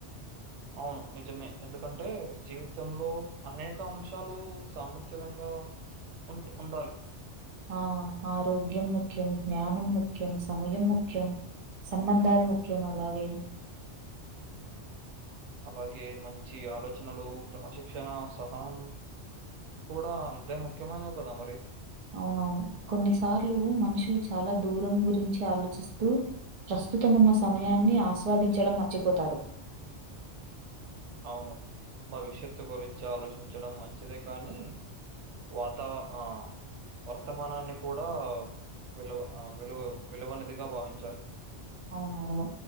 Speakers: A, on the right (about 85°); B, on the right (about 40°).
A: అవును నిజమే ఎందుకంటే జీవితంలో అనేక అంశాలు సామతలంగా ఉంట్ ఉండాలి
B: ఆ ఆరోగ్యం ముఖ్యం, జ్ఞానం ముఖ్యం, సమయం ముఖ్యం. సమ్మందాలు ముఖ్యం అలాగే
A: అలాగే మంచి ఆలోచనలు క్రమశిక్షణ సహనం కూడా అంతే ముఖ్యమైనవి కదా మరి
B: అవునవును కొన్నిసార్లు మనుషులు చాలా దూరం గురించి ఆలోచిస్తూ ప్రస్తుతం ఉన్న సమయాన్ని ఆస్వాదించడం మర్చిపోతారు
A: అవును భవిష్యత్తు గురించి ఆలోచించడం మంచిదే కానీ వాతావరణ ఆ వర్తమానాన్ని కూడా విలువ విలువ విలువనదిగా భావించాలి
B: అవునవును